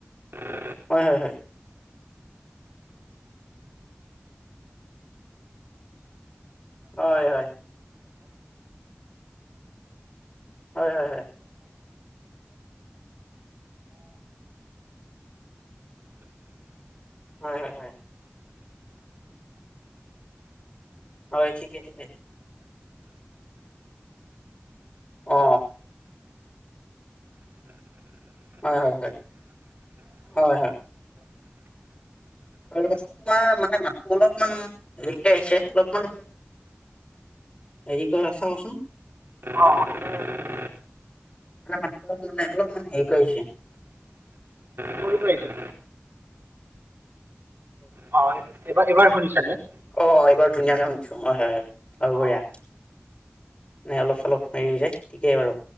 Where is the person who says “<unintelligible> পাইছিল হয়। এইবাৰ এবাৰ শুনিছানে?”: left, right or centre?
Right